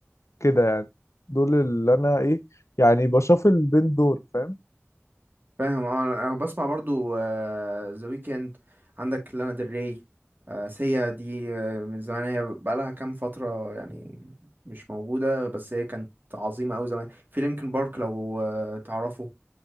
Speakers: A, on the left; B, on the right.
A: كده يعني دول اللي انا ايه يعني بشوفل بين دول فاهم
B: فاهم اه انا أنا بسمع برضو ذا ويكند عندك لانا ديل ري آه، سيا دي آه، من زمان هي بقالها كام فترة يعني مش موجودة بس هي كانت عظيمة أوي زمان في لينكن بارك لو آه، تعرفه